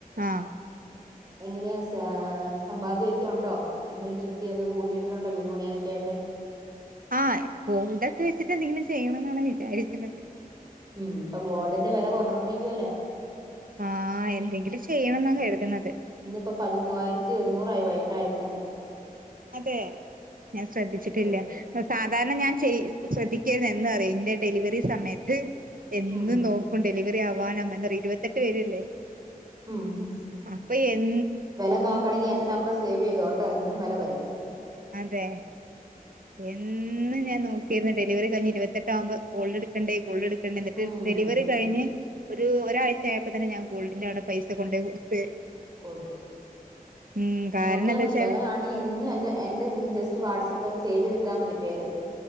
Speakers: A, on the right; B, on the right.
A: ആ
B: എങ്ങനെയാ സാ - സമ്പാദ്യൊക്കെ ഉണ്ടോ എന്തേലും ചിട്ടിയൊക്കെ കൂടിയിട്ടിട്ടുണ്ടോ വീട്പണിയാനൊക്കെ ആയിട്ട്
A: ആ ഗോൾഡൊക്കെ വെച്ചിട്ട് എന്തെങ്കിലും ചെയ്യണം എന്നാണ് വിചാരിക്കുന്നത്
B: ഉം ഇപ്പൊ ഗോൾഡിന്റെ വില കുറഞ്ഞോണ്ടിരിക്കുവല്ലേ
A: ആ എന്തെങ്കിലും ചെയ്യണം എന്ന കരുതുന്നത്
B: ഇന്നിപ്പോ പതിമൂവായിരത്തി ഒരുന്നൂറായി വൈകിട്ടായപ്പത്തെനും
A: അതെ ഞാൻ ശ്രദ്ധിച്ചിട്ടില്ല
B: അതെ
A: സാധാരണ ഞാൻ ചെയ്യ് ശ്രദ്ധിക്കേരുത് എന്നാന്ന് അറിയുവോ ഇന്റെ ഡെലിവറി സമയത്ത് എന്നും
B: ഉം
A: നോക്കും ഡെലിവറി ആവനാം അങ്ങൻതെ ഇരുപത്തെട്ട് വരല്ലേ
B: ഉം ഉം
A: പ്പ എൻ
B: വില നോക്കണമെങ്കി എന്റെ നമ്പർ സേവ് ചെയ്തോട്ടോ എന്നും വില വരും
A: അതെ എന്നും ഞാൻ നോക്കിയിരുന്നു ഡെലിവറി കഴിഞ് ഇരുപത്തെട്ടാകുമ്പോൾ ഗോൾഡ് എടുക്കണ്ടേ ഗോൾഡ് എടുക്ക ണ്ട എന്നിട്ട്
B: ഉം
A: ഡെലിവറി കഴിഞ്ഞ് ഒരു ഒരാഴ്ചയപ്പോ തന്നെ ഞാൻ ഗോൾടിന്റെ അവ്ട പൈസ കൊണ്ടോയി കൊടുത്തു
B: കൊടുത്തു
A: ഉം കാരണം
B: നോക്കിയാൽ
A: എന്താ
B: മതി
A: വെച്ചാല്
B: വെല കാണ്ണെങ്കിൽ എന്നും എന്റെ എന്റെ ജസ്റ്റ് വാട്സആപ്പിൽ സേവ് ചെയ്തിട്ടാ മതി പേര്